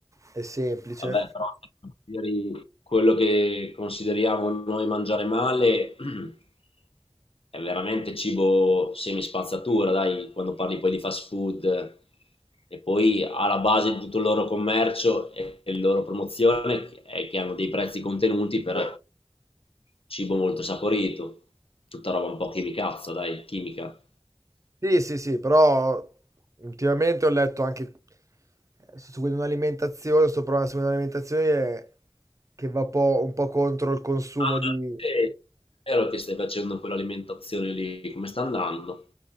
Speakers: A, on the right (about 35°); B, on the left (about 80°).
A: e semplice.
B: Vabbè, però se consideri quello che consideriamo noi mangiare male <clears throat> è veramente cibo semispazzatura, dai, quando parli poi di fast food e poi alla base di tutto il loro commercio e e la loro promozione è che hanno dei prezzi contenuti per cibo molto saporito, tutta roba un po' chimicazza, dai, chimica.
A: Sì, sì, sì, però ultimamente ho letto anche, eh, sto seguendo un'alimentazione, sto provando a seguire un'alimentazione che va po- un po' contro il consumo
B: Ah,
A: di...
B: sì, È vero che stai facendo quell'alimentazione lì, come sta andando?